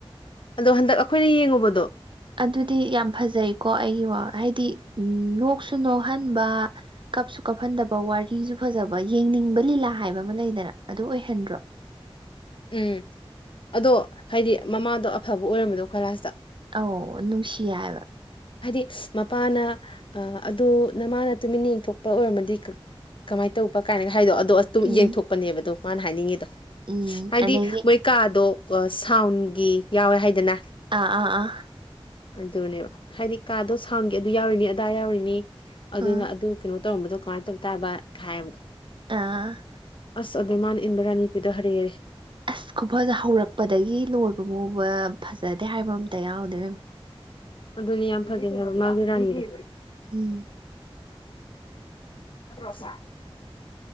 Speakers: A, on the left (about 60°); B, on the right (about 55°).
A: ꯑꯗꯣ ꯍꯟꯗꯛ ꯑꯩꯈꯣꯏꯅ ꯌꯦꯡꯉꯨꯕꯗꯣ
B: ꯑꯗꯨꯗꯤ ꯌꯥꯝ ꯐꯖꯩꯀꯣ ꯑꯩꯒꯤ ꯋꯥ ꯍꯥꯏꯗꯤ ꯅꯣꯛ ꯑꯃꯨꯛꯁꯨ ꯅꯣꯛꯍꯟꯕ ꯀꯞꯁꯨ ꯀꯞꯍꯟꯗꯕ ꯕ ꯋꯥꯔꯤꯁꯨ ꯐꯖꯕ ꯌꯦꯡꯅꯤꯡꯕ ꯂꯤꯂꯥ ꯍꯥꯏꯕ ꯑꯃ ꯂꯩꯗꯅ ꯑꯗꯨ ꯑꯣꯏꯍꯟꯗ꯭ꯔꯣ
A: ꯎꯝ ꯑꯗꯣ ꯍꯥꯏꯗꯤ ꯃꯃꯥꯗꯣ ꯑꯐꯕ ꯑꯣꯏꯔꯝꯕꯗꯣ ꯈꯋ꯭ꯥꯏ ꯂꯥꯁꯇ
B: ꯑꯧ ꯅꯨꯡꯁꯤ ꯍꯥꯏꯕ
A: ꯍꯥꯏꯗꯤ ꯃꯄꯥꯅ ꯑꯗꯨ ꯅꯃꯥꯅ ꯇꯨꯃꯤꯟꯅ ꯌꯦꯡꯊꯣꯛꯄ ꯑꯣꯏꯔꯝꯃꯗꯤ ꯀꯃꯥꯏ ꯇꯧꯕ ꯀꯥꯏꯅꯒ ꯍꯥꯏꯗꯣ ꯑꯗꯣ ꯑꯗꯨꯝ
B: ꯎꯝ
A: ꯌꯦꯡꯊꯣꯛꯄꯅꯦꯕꯗꯣ ꯃꯥꯅ ꯍꯥꯏꯅꯤꯡꯉꯤꯗꯣ
B: ꯎꯝ
A: ꯍꯥꯏꯗꯤ
B: ꯑꯗꯒꯤ
A: ꯃꯣꯏ ꯀꯥꯗꯣ ꯁꯥꯎꯟꯒꯤ ꯌꯥꯎꯋꯦ ꯍꯥꯏꯗꯅ
B: ꯑꯥ ꯑꯥ ꯑꯥ
A: ꯑꯗꯨꯅꯦꯕ ꯍꯥꯏꯗꯤ ꯀꯥꯗꯣ ꯁꯥꯎꯟꯒꯤ ꯑꯗꯨ ꯌꯥꯎꯔꯤꯅꯤ ꯑꯗꯥ ꯌꯥꯎꯔꯤꯅꯤ ꯑꯗꯨꯅ
B: ꯎꯝ
A: ꯑꯗꯨ ꯀꯩꯅꯣ ꯇꯧꯔꯝꯕꯗꯣ ꯀꯃꯥꯏ ꯇꯧ ꯇꯥꯕ ꯍꯥꯏꯕꯗꯣ
B: ꯑ
A: ꯑꯁ ꯑꯗꯣ ꯃꯥꯅ ꯏꯟꯕ ꯔꯥꯅꯤꯐꯤꯗꯣ ꯍꯥꯔꯦ ꯍꯥꯔꯦ
B: ꯑꯁ ꯈꯨꯐꯖ ꯍꯧꯔꯛꯄꯗꯒꯤ ꯂꯣꯏꯕꯐꯥꯎꯕ ꯐꯖꯗꯦ ꯍꯥꯏꯕ ꯑꯝꯇ ꯌꯥꯎꯗꯦ ꯕꯦꯝ
A: ꯑꯗꯨꯅꯤ ꯌꯥꯝ ꯐꯖꯩ ꯍꯥꯏꯕ ꯃꯥꯒꯤ ꯔꯥꯅꯤꯗꯣ
B: ꯎꯝ
A: <unintelligible>